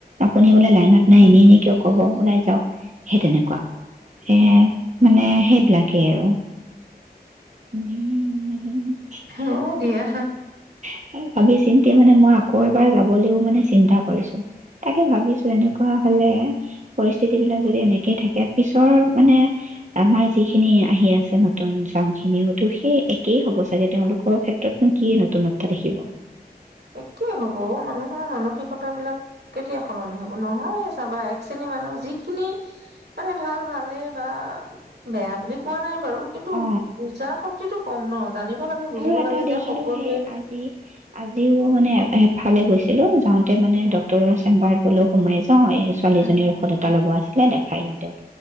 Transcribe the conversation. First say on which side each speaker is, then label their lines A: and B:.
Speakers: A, on the right; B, on the right.
A: আপুনি বোলে লাইনাত নাই এনি এনে কিয় কব ওলাই যাওক সেই তেনেকুৱা এ, মানে সেইবিলাকেই আৰু। উম উ <unintelligible>
B: হয় দিয়া
A: স ভাবি চিন্তি মানে মই আকৌ এবাৰ যাবলৈও মানে চিন্তা কৰিছো তাকে ভাবিছো এনেকুৱা হলে পৰিস্থিতি বিলাক যদি এনেকেই থাকে পিছৰ মানে আমাৰ যিখিনি আহি আছে নতুন চান খিনিওতো সেই একেই হ'ব চাগে তেওঁলোকৰ ক্ষেত্ৰতনো কি নতুনত্বা দেখিব।
B: একে হব মানুহৰ মানসিকতাবিলাক কেতিয়া সলনি হব, নহয় চাবা এক <unintelligible> মানুহ যিখিনি মানে ভাল ভালে বা বেয়া বুলি কোৱা নাই বাৰু কিন্তু
A: অ
B: বুজা <unintelligible> কম ন' জানিব লাগে বুজিব
A: আৰু এটা
B: লাগে যে
A: দেখিলো
B: সকলোৱে
A: সেই আজি আজিও মানে এ-এফালে গৈছিলো। যাওঁতে মানে
B: উম
A: ডক্টৰৰ চেম্বাৰত <unintelligible> সোমাই <unintelligible> এই ছোৱালীজনীৰ
B: উম
A: ঔষধ এটা ল'ব আছে দাদা। খাই লওঁ তেওঁক,